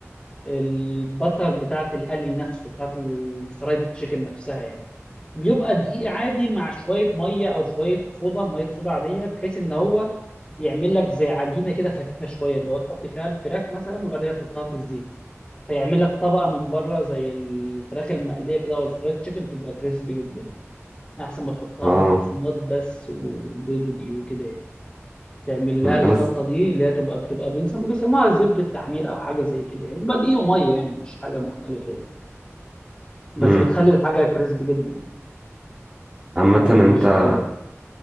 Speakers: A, on the left; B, on the right.
A: البتر بتاعت القلي نفسه بتاعت الفرايد تشيكن نفسها يعني بيبقى دقيق عادي مع شوية مية أو شوية صودا مية صودا عادية بحيث إن هو يعمل لك زي عجينة كده خفيفة شوية اللي هو تحط فيها الفراخ مثلا وبعد كده تحطها في الزيت فيعمل لك طبقة من بره زي الفراخ المقلية كده أو الفرايد تشيكن تبقى كريسبي جدا يعني احسن ما تحطها
B: آه
A: في بقسماط بس وبيض ودقيق وكده يعني تعمل لها
B: مم.
A: الخلطه
B: أنا س...
A: دي اللي هي تبقى بتبقى بنسم- بيسموها زبده تحمير او حاجه زي كده يعني بيبقى دقيق وميه يعني مش حاجه مختلفه يعني بس
B: مم.
A: بتخلي الحاجه كريسبي جدا يعني
B: عامة
A: لما
B: أنت
A: مقرمشه وحلوه يعني